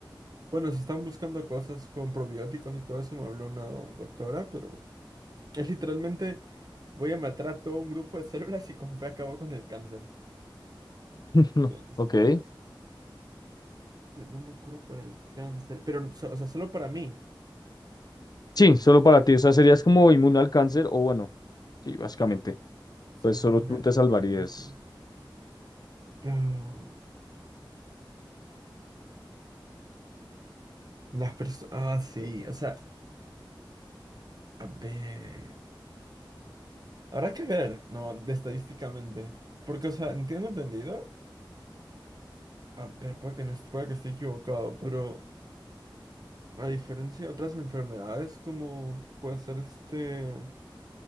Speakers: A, on the right; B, on the left.
A: bueno, se están buscando cosas con probióticos y todo eso, me habló una do- doctora, pero es literalmente voy a matar a todo un grupo de células y con fe acabo con el cáncer.
B: <laughs>
A: Entonces.
B: Ok.
A: Tener la cura para el cáncer. Pero, so- o sea, solo para mí.
B: Sí, solo para ti. O sea, serías como inmune al cáncer, o bueno, sí, básicamente.
A: Ser
B: Pues solo
A: inmune
B: tú
A: al
B: te salvarías.
A: cáncer. Ah, las personas. Ah, sí. O sea, a ver. Habrá que ver, ¿no? De estadísticamente. Porque, o sea, entiendo entendido. A ver, puede que no, est- puede que esté equivocado, pero a diferencia de otras enfermedades, como puede ser este.